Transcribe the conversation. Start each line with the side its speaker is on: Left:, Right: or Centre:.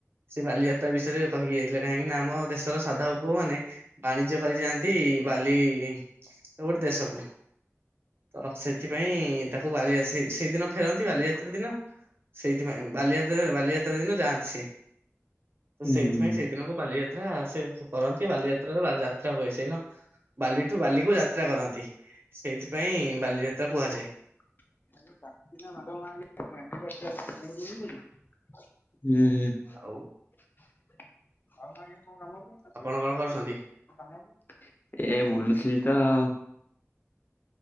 Right: ସେ ବାଲିଯାତ୍ରା ବିଷୟରେ କହିକି ଯାଇଥିଲେ କାହିଁକିନା ଆମ ଦେଶର ସାଧବ ପୁଅମାନେ ବାଣିଜ୍ୟ କରି ଯାଆନ୍ତି ବାଲିର ଗୋଟେ ଦେଶକୁ। ତ ସେଥିପାଇଁ ତାକୁ ବାଲିଆସି ସେଇଦିନ ଫେରନ୍ତି ବାଲିଯାତ୍ରା ଦିନ ସେଇଥିପାଇଁ ବାଲିଯାତ୍ରା ବାଲିଯାତ୍ରା ଦିନ ଯାଆନ୍ତି ସେ। ତ
Left: ହୁଁ
Right: ସେଇଥିପାଇଁ
Left: ହୁଁ
Right: ସେଇଦିନକୁ ବାଲିଯାତ୍ରା ସେ କ କରନ୍ତି ବାଲିଯା ଯାତ୍ରାରୁ ବାଲଯାତ୍ରା ହୁଏ ସେଦିନ ବାଲିଠୁ ବାଲିକୁ ଯାତ୍ରା କରନ୍ତି ସେଇଥିପାଇଁ ବାଲିଯାତ୍ରା କୁହାଯାଏ।
Left: <unintelligible> ହୁଁ ହୁଁ।
Right: ଆଉ
Left: <unintelligible>
Right: ଆପଣ କଣ କରୁଛନ୍ତି
Left: ଏ ବୁଲୁଥିଲି ତ ଆଉ